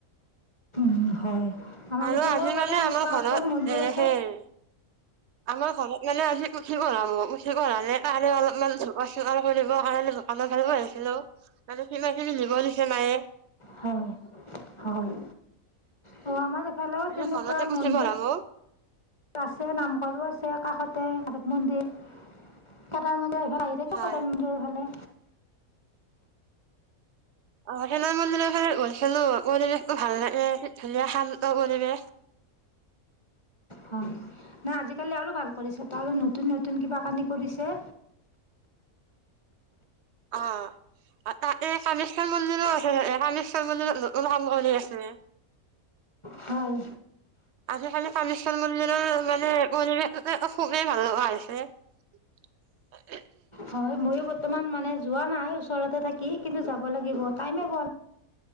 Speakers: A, on the left; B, on the right.
A: <unintelligible> হয় আমাৰ
B: আৰু
A: ইফালেও
B: আজি
A: কৰে
B: মানে
A: কিন্তু
B: আমাৰ
A: সেনেকুৱা
B: ঘৰত
A: আছে মন্দিৰ
B: এ
A: আছে।
B: সেই আমাৰ ঘৰত মানে আজি পুঠি পঢ়াব পুঠি পঢ়ালে কাই অলপমান চফা চিকুণ কৰিব কালৈ দোকানত ভাল ব আহিছিলো মানে কিবা কিবি নিব দিছে মায়ে
A: হয় হয় অ আমাৰ এইফালেও
B: আজি
A: তেনেকুৱা
B: ঘৰতে পুথি
A: মন্দিৰ
B: পঢ়াব
A: আছে নাম আৰু আছে কাষত তে মন্দিৰ আগত মন্দিৰ ভাল আহি থাক
B: হয়
A: কাদাল মৰ ফালে
B: অ খেলা মূন্দিৰৰ গল খেলো পৰিৱেশটো ভাল লাগে ধুনীয়া শান্ত পৰিৱেশ
A: হয় নাই আজিকালি আৰু ভাল কৰিছ ত আৰু ল নতুন নতুন কিবা কানি কৰিছে
B: অ এই কামেশ্বৰ মন্দিৰো আছে ন কামেশ্বৰ মন্দিৰত নতন কাম কৰি আছে
A: হয়
B: আজি কালি কামেশ্বৰ মন্দিৰৰ মানে পৰিৱেশ খুবেই ভাল লগা হৈছে
A: হয় ময়ো বৰ্তমান মানে যোৱা নাই ওচৰতে থাকি কিন্তু যাব লাগিব টাইমে পোৱা নাই